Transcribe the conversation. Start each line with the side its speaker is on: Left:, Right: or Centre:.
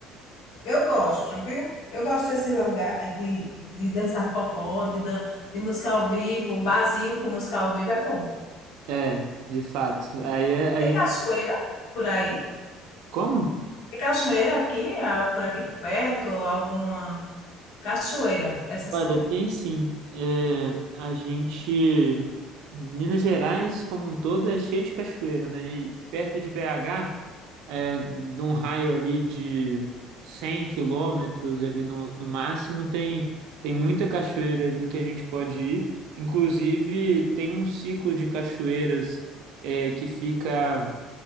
Left: Eu gosto, viu? Eu gosto desse lugar eh, de, de dançar forró, de, dan de música ao vivo, um barzinho com música ao vivo é bom.
Right: É, de fato. Aí é- a
Left: Tem
Right: gente.
Left: cachoeira por aí?
Right: Como?
Left: Tem cachoeira aqui, ah, por aqui por perto, ou alguma cachoeira, essas
Right: Olha,
Left: coisas.
Right: tem sim. É, a gente. Minas Gerais, como um todo, é cheio de cachoeira, né? E perto de BH, é, num raio ali de 100 quilômetros, ali no, no máximo, tem, tem muita cachoeira ali que a gente pode ir. Inclusive, tem um ciclo de cachoeiras, é, que fica